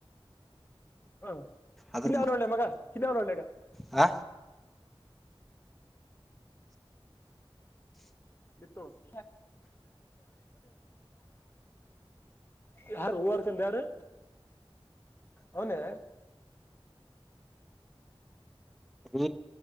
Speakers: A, on the left; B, in the centre.
A: ಆ
B: ಅದ್ರ
A: ಕಿಲ್ಲಳ್ ನೋಡ್ಲೆ ಮಗಾ ಕಿಲ್ಲಾಳ್ ನೋಡ್ಲೇಗ.
B: ಆ
A: <unintelligible> ಯಾರು ಓವರ್ ತೆಗ್ದರ್ ಅವ್ನೆ
B: ಹೂ